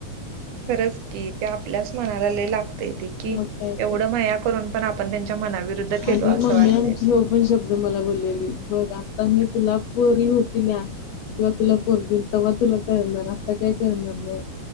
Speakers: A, on the right; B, on the left.
A: खरंच की ते आपल्याच मनाला लइ लागते ते कि
B: मग काय
A: एवढं
B: तर
A: मया करून पण आपण त्यांच्या मनाविरुद्ध केलो
B: आणि
A: असं
B: मम्मी
A: वाटत,
B: आमची ह्यो पण शब्द मला बोललेली बघ आता ह तुला पोरी होतील्या. किंवा तुला पोरगी होईल तेव्हा तुला करणार आता काय करणार नाही.